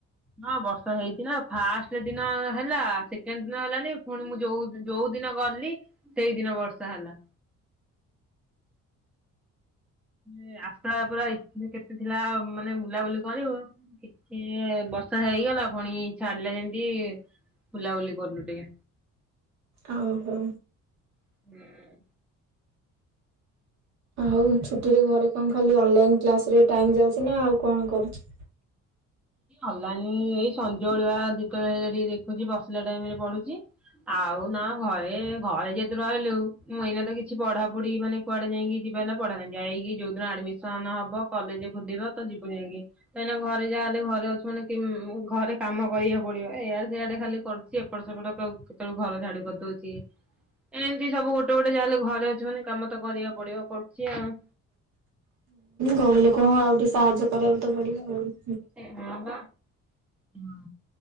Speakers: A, in the centre; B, on the right.
A: ହଁ ବର୍ଷା ହେଇଚି ନା ଫାଷ୍ଟ ଦିନ ହେଲା ସେକେଣ୍ଡ ଦିନ ହେଲାନି। ପୁଣି ମୁଁ ଯୋଉ ଯୋଉଦିନ ଗଲି ସେଇଦିନ ବର୍ଷା ହେଲା। ଏ ଆଶା ପୁରା ଇ କେତେ ଥିଲା ମାନେ ବୁଲାବୁଲି କରିବୁ। ଇଏ ବର୍ଷା ହେଇଗଲା ପୁଣି ଛାଡିଲେ ଯେମିତି ବୁଲାବୁଲି କରୁଲୁ ଟିକେ।
B: ଓହୋ।
A: ଟିକେ।
B: ସ୍କୁଲ ଛୁଟିରେ ଘରେ କଣ ଖାଲି ଅନଲାଇନ କ୍ଲାସ ରେ ଟାଇମ ଯାଉଚି ନା ଆଉ କଣ କରୁଚ?
A: ଅନଲାଇନ ଏଇ ସଞଳୁଆ ଯେତେବେଳେ ହେଲେ ଟିକେ ଦେଖୁଛି ବସିଲା ଟାଇମରେ ପଢୁଚି। ଆଉ ନା ଘରେଘରେ ଯେହେତୁ ରହିଲୁ ମୁଁ ଏଇନା ତ କିଛି ପଢା ପଢି ମାନେ କୁଆଡେ ଯାଇକି ଯିବା ଏଇନା ପଢ଼ା ନାଇଁ ଯାଇକି ଯୋଉଦିନ ଆଡମିସନ ହବ କଲେଜ ଖୋଲିବ ତ ଯିବୁ ଯାଇଁକି। ତୁ ଏଇନା ଘର୍ ଯାହାହଲେ ଘରେ ଅଛି ମାନେ କି ଘରେ କାମ କରିବାକୁ ପଡିବ। ଏଇଆଡେ ସେଆଡେ ଖାଲି କରିଚିଏପଟସେପଟ କେତେବେଳୁ ଘର ଝାଡୁ କରିଦଉଚି ଏମିତି ସବୁ ଗୋଟେ ଗୋଟେ ଯାହା ହେେଲେ ଘରେ ଅଛି। ମାନେ କାମ ତ କରିବାକୁ ପଡିବ। ପଡ଼ୁଛି ଆଉ
B: ବୋଇଲେ କଣ ଆଉ ଟିକେ ସାହାଯ୍ୟ କରିବାକୁ ତୋ ପଡିବ। ହୁଁ
A: ଏ ନା ପା ହଁ